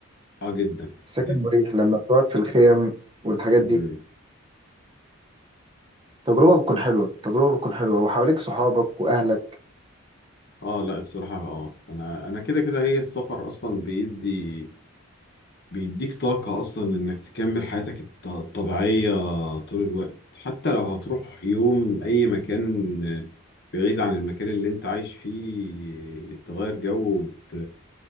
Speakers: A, on the left (about 50°); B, on the right (about 25°).
A: اه جدا
B: السكن
A: جدا
B: مريح لما بتقعد في الخيم والحاجات
A: مم.
B: دي تجربة بتكون حلوة تجربة بتكون حلوة وحواليك صحابك وأهلك
A: اه لا الصراحه اه انا انا كده كده هي السفر اصلا بيدي بيديك طاقه اصلا انك تكمل حياتك الط- الطبيعيه طول الوقت حتى لو هتروح يوم اي مكان بعيد عن المكان اللي انت عايش فيه تغير جو وت...